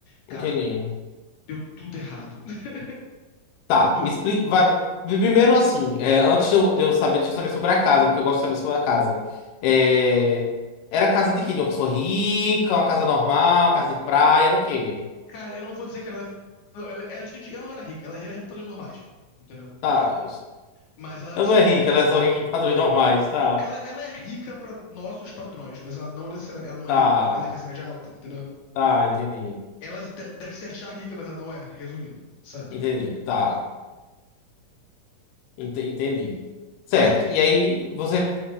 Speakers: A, on the left; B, on the left.
A: Cara,
B: entendi.
A: deu tudo errado. <laughs>
B: Tá,
A: Tudo.
B: me explica. vai- primeiro, assim, é, antes de eu, de eu saber, deixa eu saber sobre a casa, porque eu gosto de saber sobre a casa. É, era casa de quê? De uma pessoa rica, uma casa normal, uma casa de praia, era o quê?
A: Cara, eu não vou dizer que ela. Ela, ela, ela tinha dinhe- ela não era rica, ela era rica pelos normais, entendeu?
B: Tá.
A: Mas ela,
B: Ela
A: tipo.
B: não é rica, ela é só rica em padrões normais. Tá,
A: Ela, ela é rica pra nossos padrões, mas ela não necessariamente. Ela não
B: tá,
A: é rica. Ela é classe média alta, entendeu?
B: tá, entendi.
A: Ela de- deve se achar rica, mas ela não é, resumindo, sabe?
B: Entendi, tá. ente- Entendi. Certo.
A: Mas
B: E aí você